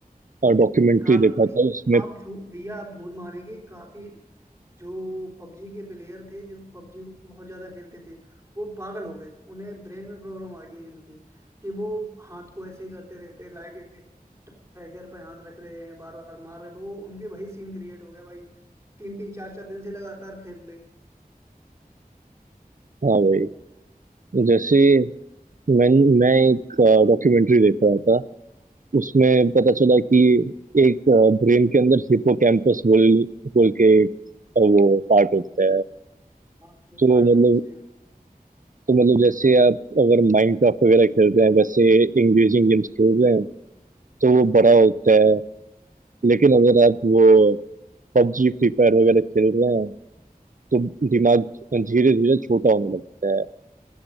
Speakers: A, on the right; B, on the right.
A: डॉक्यूमेंट्री
B: काफी
A: देखा था उसमें
B: आप झूठ भैया आप झूठ मानेंगे काफी जो पबजी के प्लेयर थे जो पबजी को बहुत ज्यादा खेलते थे वो पागल हो गए उन्हें ब्रेन में प्रॉब्लम आ गई उनकी कि वो हाथ को ऐसे ही करते रहते लाइक टाइगर पे हाथ रख रहे हैं बार बार मार रहे हैं। वो उनके वही सीन क्रिएट हो गया भाई तीन तीन चार चार दिन से लगातार खेल ले
A: हाँ भाई जैसे मैं मैं एक डॉक्यूमेंट्री देख रहा था उसमें पता चला कि एक ब्रेन के अंदर हिपोकैम्पस बोल बोल के एक, अ, वो पार्ट होता है
B: हाँ होता
A: तो
B: है
A: मतलब
B: बिल्कुल सही बात
A: तो मतलब जैसे आप अगर माइनक्राफ्ट वगैरह खेलते हैं वैसे इंगेजिंग गेम्स खेल रहे हैं तो वो बड़ा होता है लेकिन अगर आप वो पबजी फ्री फायर वगैरह खेल रहे हैं तो दिमाग धीरे धीरे छोटा होने लगता है